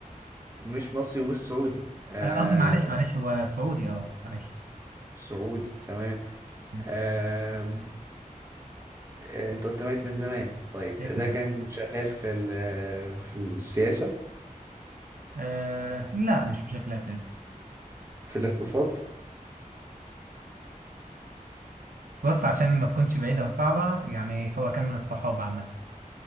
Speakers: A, on the right; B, on the right.
A: مش مصري ومش سعودي آه
B: آه، قصدي معلش معلش هو سعودي اه معلش
A: سعودي تمام
B: م.
A: آه آه، انت قلت ميت من زمان طيب ده
B: لقيت من زمان.
A: كان شغال في ال- في السياسة
B: آه لا مش بشكل أساسي
A: في الاقتصاد
B: بص عشان ما تكونش بعيدة وصعبة يعني هو كان من الصحابة عامة